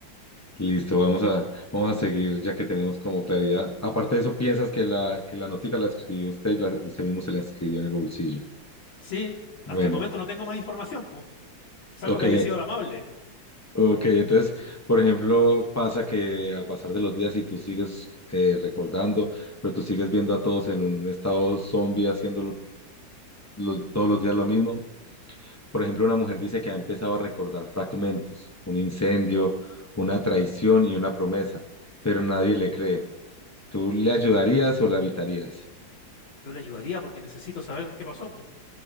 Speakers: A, on the left; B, on the left.
A: Listo, vamos a, vamos a seguir ya que tenemos como claridad. Aparte de eso, piensas que la, que la notica la escribió usted y la- usted mismo se la escribió en el bolsillo.
B: Sí, hasta
A: Bueno,
B: el momento no tengo más información, po, salvo
A: ok,
B: que haya sido la amable.
A: ok. Entonces, por ejemplo, pasa que al pasar de los días y tú sigues eh, recordando, pero tú sigues viendo a todos en un estado zombie haciendo lo- lo- todos los días lo mismo. Por ejemplo, una mujer dice que ha empezado a recordar fragmentos, un incendio, una traición y una promesa, pero nadie le cree. ¿Tú le ayudarías o la evitarías?
B: Yo le ayudaría porque necesito saber qué pasó, po.